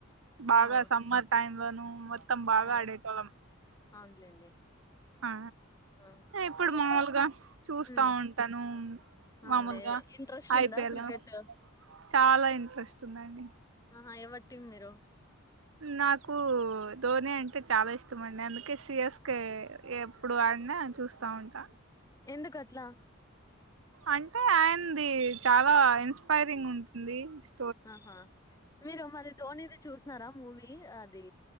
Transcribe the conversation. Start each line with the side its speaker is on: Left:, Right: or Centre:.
Right: బాగా
Left: ఆ
Right: సమ్మర్ టైం వాను మొత్తం బాగా
Left: ఆ
Right: అడతళం
Left: అవునులేండి
Right: ఆ
Left: ఆ
Right: ఇప్పుడు
Left: ఇంకా
Right: మామూలుగా చూస్తా
Left: ఉమ్
Right: ఉంటాను
Left: అవునులే
Right: మామలుగా
Left: ఇంట్రెస్ట్
Right: అయిపోయలా
Left: ఉందా క్రికెట్
Right: చాలా ఇంట్రెస్ట్ ఉందండి
Left: ఆహా ఎవర్ టీం మీరు
Right: నాకు ధోని అంటే చాలా ఇష్టమండి అందుకే సి ఎస్ కే ఎప్పుడు ఆడినా చూస్తా ఉంటా
Left: ఎందుకట్లా
Right: అంటే ఆయనది చాలా ఇన్స్పైరింగ్ ఉంటుంది స్
Left: ఆహా మీరు మరి ధోనిది చూసినారా మూవి యి అది